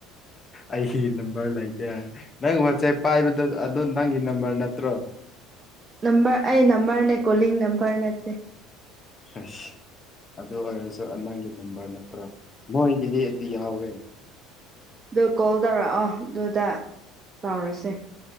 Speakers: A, on the left (about 25°); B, on the right (about 30°).
A: ꯑꯩ ꯅꯝꯕꯔ ꯂꯩꯒꯦ ꯅꯪ ꯋꯥꯁꯦ ꯄꯥꯏꯕꯗ ꯑꯗꯨꯗꯣ ꯅꯪꯒꯤ ꯅꯝꯕꯔ ꯅꯠꯇ꯭ꯔꯣ
B: ꯅꯝꯕꯝꯕꯔ ꯑꯦ ꯅꯝꯕꯔ ꯅ ꯀꯣꯂꯤꯤꯡ ꯅꯝꯕꯔ ꯅꯠꯇꯦ
A: ꯑꯁ ꯑꯗꯨ ꯑꯣꯏꯔꯁꯨ ꯅꯪꯒꯤ ꯅꯝꯕꯔ ꯅꯠꯇ꯭ꯔꯣ ꯃꯣꯏꯒꯤꯗꯤ ꯌꯥꯎꯋꯦ
B: ꯑꯗꯨ ꯀꯣꯜ ꯇꯧꯔꯛꯑꯣ ꯑꯗꯨꯗ ꯆꯥꯎꯔꯁꯦ